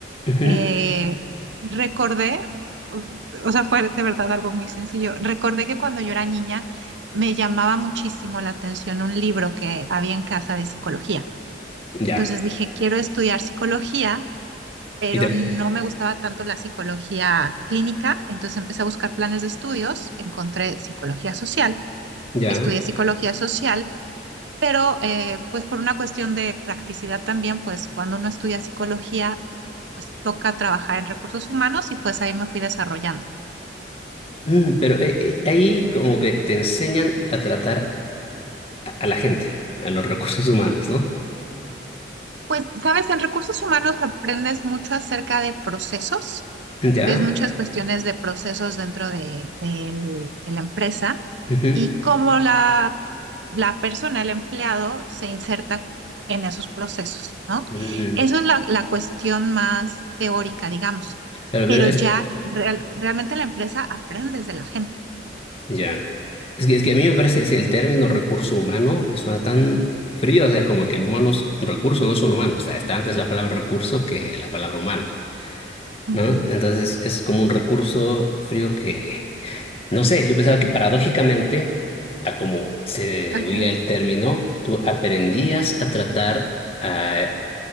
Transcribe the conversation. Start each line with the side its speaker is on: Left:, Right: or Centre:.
Left: ujú,
Right: eh, recordé, o o sea, fue de verdad algo muy sencillo, recordé que cuando yo era niña me llamaba muchísimo la atención un libro que había en casa de psicología.
Left: Ya,
Right: Entonces dije, quiero estudiar psicología, pero
Left: y te-
Right: no me gustaba tanto la psicología clínica, entonces empecé a buscar planes de estudios, encontré psicología social,
Left: ya.
Right: estudié psicología social pero eh, pues por una cuestión de practicidad también, pues cuando uno estudia psicología, pues toca trabajar en recursos humanos y pues ahí me fui desarrollando.
Left: Mm, pero eh, eh, ahí como que te enseñan a tratar a a la gente, a los recursos humanos, ¿no?
Right: Pues, sabes, en recursos humanos aprendes mucho acerca de procesos,
Left: Ya.
Right: ves muchas cuestiones de procesos dentro de, del- de la empresa
Left: Ujú,
Right: y cómo la la persona, el empleado, se inserta en esos procesos, ¿no?
Left: ujú.
Right: Eso es la, la cuestión más teórica, digamos,
Left: Claro,
Right: pero
Left: pero es,
Right: ya real- realmente la empresa aprendes de la gente.
Left: ya. Es que, es que a mí me parece es el término recurso humano me suena tan frío, o sea, como que el humano es un recurso, no es un humano, o sea, está antes la palabra recurso que la palabra humano,
Right: Ujú.
Left: ¿no? Entonces es como un recurso frío que, no sé, yo pensaba que paradójicamente, a como se
Right: Ajá.
Left: oía el término, tú aprendías a tratar a,